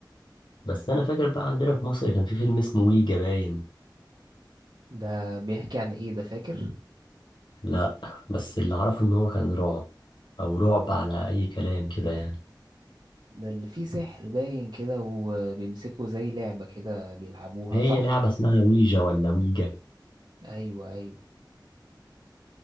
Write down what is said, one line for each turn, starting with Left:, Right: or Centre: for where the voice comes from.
Left: بس انا فاكر بقى عندنا في مصر كان في فيلم اسمه ويجا باين
Right: ده بيحكي عن إيه ده فاكر؟
Left: لا بس اللي اعرفه ان هو كان رعب او رعب على اي كلام كده يعني
Right: ده اللي فيه سحر باين كده وبيمسكوا زي لعبة كده بيلعبوها
Left: هي
Right: صح؟
Left: لعبة اسمها ويجا ولا ويجا
Right: أيوه أيوه